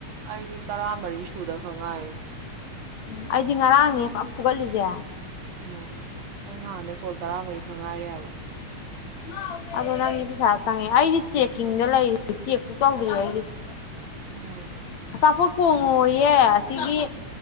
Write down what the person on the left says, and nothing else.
ꯎꯝ ꯑꯩꯗꯤ ꯉꯔꯥꯡꯅꯦ ꯐ ꯐꯨꯒꯠꯂꯤꯁꯦ
<unintelligible> ꯑꯗꯣ ꯅꯪꯗꯤ ꯄꯩꯁꯥ ꯆꯪꯉꯦ ꯑꯩꯗꯤ ꯆꯦꯛꯀꯤꯡꯗ ꯂꯩꯔꯤ ꯆꯦꯛ ꯐꯨ ꯇꯧꯗ꯭ꯔꯤ ꯑꯩꯒꯤꯗꯤ <unintelligible>
ꯑꯆꯥꯄꯣꯠ ꯀꯣꯡꯉꯣꯌꯦ ꯑꯁꯤꯒꯤ